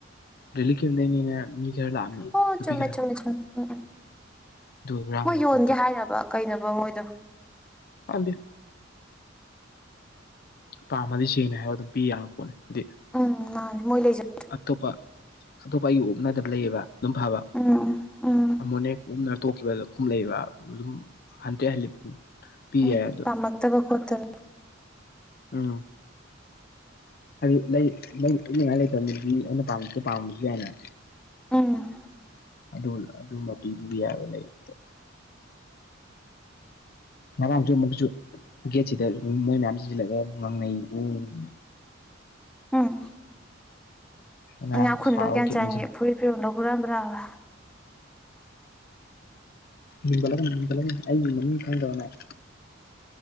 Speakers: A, on the left (about 50°); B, in the centre.
A: ꯂ‌ꯦꯔꯤꯞ ꯀ‌ꯦꯝꯗꯩꯅ‌ꯦꯅ‌ꯦ ꯃꯤ ꯈꯔꯥꯂꯥꯛꯑꯝꯃ‌ꯦ
B: ꯑꯣ
A: ꯅꯨꯄꯤ
B: ꯆꯨꯝꯃꯦ
A: ꯈꯔꯥ
B: ꯆꯨꯝꯃꯦ ꯎꯝ ꯎꯝ
A: ꯍꯨꯔꯥꯟꯈ꯭ꯔꯦ
B: ꯃꯣꯏ ꯌꯣꯟꯒꯦ
A: ꯈꯨꯗꯛꯇ
B: ꯍꯥꯏꯔꯕ ꯀꯩꯅꯣꯕ ꯃꯣꯏꯗꯣ
A: ꯇꯜꯂꯤ ꯄꯥꯝꯃꯗꯤ ꯁꯦꯡꯅ ꯍꯥꯏꯔ ꯑꯗꯨꯝ ꯄꯤ ꯌꯥꯕ ꯄꯣꯠꯅꯤ ꯑꯗꯨꯗꯤ
B: ꯎꯝ ꯃꯥꯥꯟ ꯃꯣꯏ ꯂꯩꯖ
A: ꯑꯇꯣꯞꯄ ꯑꯇꯣꯞꯄ ꯑꯩꯒꯤ ꯑꯨꯞꯅꯗꯕ ꯂꯩꯌꯦꯕ ꯑꯗꯨꯝ ꯐꯕꯥ
B: ꯎꯝ ꯎꯝ
A: ꯑꯃꯣꯅꯦꯛ ꯀꯨꯝꯅ ꯇꯣꯛꯈꯤꯕ ꯈꯨꯝ ꯂꯩꯕ ꯑꯗꯨꯝ ꯍꯟꯇ‌ꯦ ꯍꯜꯂꯤ ꯄꯤ
B: ꯎꯝ
A: ꯌꯥꯏ ꯑꯗꯣ
B: ꯇꯝꯃꯛꯇꯕ ꯈ‌ꫭꯠꯇꯕ
A: ꯎꯝ ꯍꯥꯏꯗꯤ ꯂꯩ ꯂꯩ ꯎꯅꯤꯡꯉꯥꯏ ꯂꯩꯇꯕ ꯃꯤꯗꯤ ꯑꯩꯅ ꯄꯥꯝꯃꯤ ꯄꯥꯝꯃꯤꯁꯨ ꯌꯥꯏꯅ
B: ꯎꯝ
A: ꯑꯗꯨ ꯑꯗꯨꯝꯕ ꯄꯤꯕꯤꯕ ꯌꯥꯏꯕ ꯂꯩꯗꯣ ꯉꯔꯥꯡꯁꯨ ꯃꯨꯛ ꯆꯨꯝ ꯒꯦꯠꯁꯤꯗ ꯃꯣꯏ ꯃꯌꯥꯝ ꯆꯪꯁꯤꯜꯂꯒ ꯉꯪꯅꯩ ꯎꯪ ꯎꯪ
B: ꯎꯝ
A: ꯉꯔꯥꯡ
B: ꯏꯅꯥꯛꯈꯨꯟꯕ
A: ꯁꯥꯎꯔ
B: ꯒ꯭ꯌꯥꯟꯆꯥꯡꯒꯤ
A: ꯒꯦꯠ ꯑꯣꯟꯁꯤꯟ
B: ꯐꯨꯔꯤꯠ ꯐꯤꯔꯣꯟꯗꯣ ꯍꯨꯔꯥꯟꯕ꯭ꯔꯥꯕ
A: ꯃꯤꯡ ꯄꯜꯂꯛꯀꯅꯨ ꯃꯤꯡ ꯄꯜꯂꯛꯀꯅꯨ ꯑꯩ ꯃꯃꯤꯡ ꯈꯪꯗ꯭ꯔꫭ ꯅꯪ